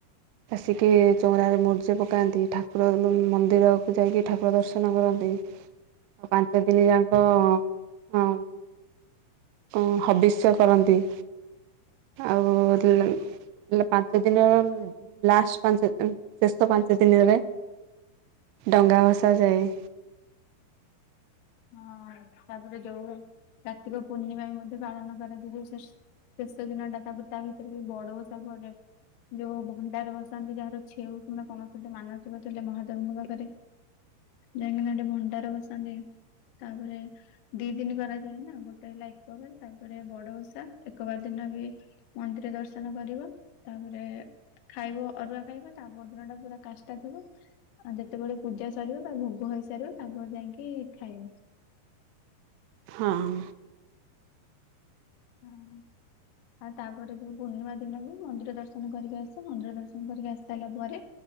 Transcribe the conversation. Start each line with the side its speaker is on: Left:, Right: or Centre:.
Right: ଆସିକି ଚଉଁରାରେ ମୁ ମୁରୁଜ ପକାନ୍ତି। ଠାକୁର ଘର ଉମ୍ ମନ୍ଦିରକୁ ଯାଇକି ଠାକୁର ଦର୍ଶନ କରନ୍ତି। ପାଞ୍ଚ ଦିନି ଯାକ ଅ ଅ ଅ ହବିଷ୍ୟ କରନ୍ତି। ଆଉ ପାଞ୍ଚ ଦିନ ର ଲାଷ୍ଟ ପାଞ୍ଚ ଦିନ ଶେଷ ପାଞ୍ଚ ଦିନ ରେ ଡଙ୍ଗା ଭସା ଯାଏ।
Left: ହଁ, ତାପରେ ଯୋଉ କାର୍ତ୍ତିକ ପୂର୍ଣ୍ଣିମା ବି ମଧ୍ୟ ପାଳନ କରାଯାଏ ସେ ଶେଷ ଦିନଟା ତାପରେ ତା ଭିତରେ ବି ବଡ ଓଷା ପଡେ। ଯୋଉ ଭଣ୍ଡାର ବସନ୍ତି ଯାହାର ଛେଉ କିମ୍ବା କୌଣସି ଗୋଟେ ମାନସିକ ଥିଲେ ମହାଦେବଙ୍କ ପାଖରେ। ଯାଇକିନା ହେଠି ଭଣ୍ଡାର ବସାନ୍ତି। ତାପରେ ଦି ଦିନ କରାଯାଏ ନା, ଗୋଟେ ହେଲା ଏକବାର, ତାପରେ ବଡ ଓଷା, ଏକବାର ଦିନ ବି ମନ୍ଦିର ଦର୍ଶନ କରିବ, ତାପରେ ଖାଇବ, ଅରୁଆ ଖାଇବ ତା ପରଦିନ ଟା ପୁରା କାଷ୍ଟା ଥିବ। ଆଉ ଯେତେବେଳେ ପୂଜା ସରିବ ତା ଭୋଗ ହେଇସାରିବ ତା ପେର ଯାଇକି ଖାଇବ।
Right: ହଁ
Left: ହଁ ଆଉ ତାପରେ ବି ପୂର୍ଣ୍ଣିମା ଦିନ ବି ମନ୍ଦିର ଦର୍ଶନ କରିକି ଆସ, ମନ୍ଦିର ଦର୍ଶନ କରିକି ଆସି ସାରିଲା ପରେ